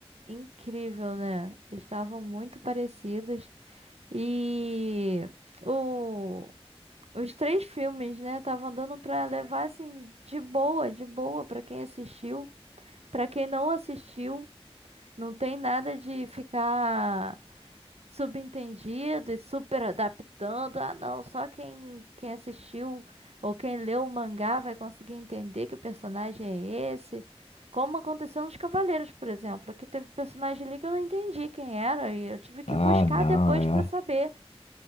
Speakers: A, on the right; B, on the left.
A: incrível, né? Estavam muito parecidos e o os três filmes, né, estavam dando pra levar assim de boa, de boa pra quem assistiu. Pra quem não assistiu, não tem nada de ficar subentendido e super adaptando. Ah, não, só quem, quem assistiu ou quem leu o mangá vai conseguir entender que personagem é esse. Como aconteceu nos Cavaleiros, por exemplo, que teve personagem ali que eu não entendi quem era e eu tive que
B: Ah,
A: buscar
B: não,
A: depois pra
B: é.
A: saber,